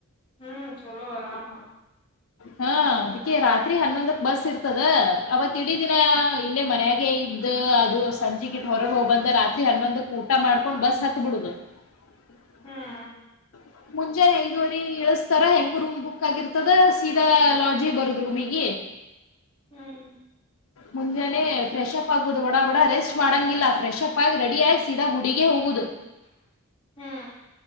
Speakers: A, on the left; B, on the left.
A: ಹ್ಮ್ ಚಲೋ ಆರಾಮ
B: ಹಾ ಅದಕ್ಕೆ ರಾತ್ರಿ ಹನ್ನೊಂದಕ್ ಬಸ್ ಇರ್ತದ ಅವತ್ ಇಡೀ ದಿನ ಇಲ್ಲೇ ಮನ್ಯಾಗೆ ಇದ್ದ ಅದು ಸಂಜೆಗಿಟ್ಟ ಹೊರಗೆ ಹೋಗ್ ಬಂದ ರಾತ್ರಿ ಹನ್ನೊಂದಕ್ ಊಟ ಮಾಡ್ಕೊಂಡ್ ಬಸ್ ಹತ್ ಬಿಿಡುದು ಹ
A: ಹ್ಮ್
B: ಮುಂಜಾನೆ ಐದುವರೆ ಇಳಸ್ತಾರ ಹೆಂಗ ರೂಮ್ ಬುಕ್ ಆಗಿರ್ತದ ಸೀದಾ ಲಾಡ್ಜಿ ಬರದ್ ರೂಮ್ಗ
A: ಹ್ಮ್
B: ಮುಂಜಾನೆ ಫ್ರೆಶಪ್ ಆಗುದು ಬಡ ಬಡ ರೆಸ್ಟ್ ಮಾಡಂಗಿಲ್ಲ ಫ್ರೆಶ್ಪ್ ಆಗಿ ರೆಡಿ ಆಗ ಸೀದಾ ಗುಡಿಗೆ ಹೋಗುದು
A: ಹ್ಮ್